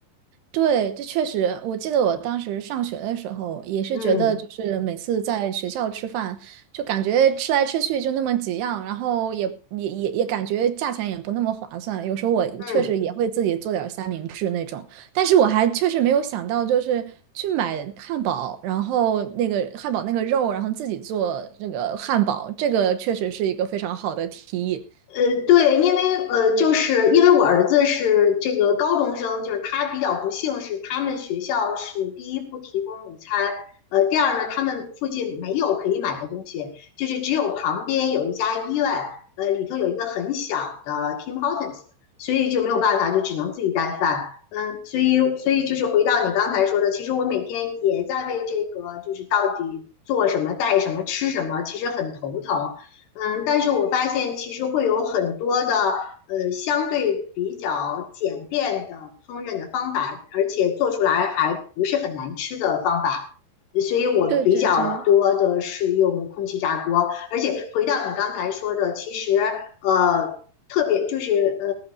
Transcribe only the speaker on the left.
嗯
嗯。
呃，对，因为呃，就是因为我儿子是这个高中生，就是他比较不幸是他们学校是第一不提供午餐，呃，第二呢，他们附近没有可以买的东西，就是只有旁边有一家医院，呃，里头有一个很小的 Tim Hortons，所以就没有办法，就只能自己带饭。嗯，所以所以就是回到你刚才说的，其实我每天也在为这个就是到底做什么、带什么、吃什么，其实很头疼。嗯，但是我发现其实会有很多的呃相对比较简便的烹饪的方法，而且做出来还不是很难吃的方法，呃所以我比较多的是用空气炸锅。
而且回到你刚才说的，其实呃特别就是呃